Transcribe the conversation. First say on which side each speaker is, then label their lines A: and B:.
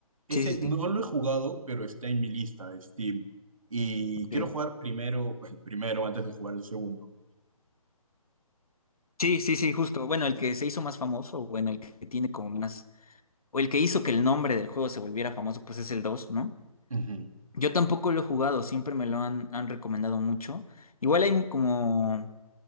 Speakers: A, on the right; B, on the left.
A: Ese
B: Sí, sí,
A: no
B: sí.
A: lo he jugado, pero está en mi lista de Steam. Y
B: ok.
A: quiero jugar primero, el primero antes de jugar el segundo.
B: Sí, sí, sí, justo. Bueno, el que se hizo más famoso, bueno, el que tiene como más, o el que hizo que el nombre del juego se volviera famoso, pues es el dos ¿no?
A: Ujú.
B: Yo tampoco lo he jugado, siempre me lo han, han recomendado mucho. Igual hay como,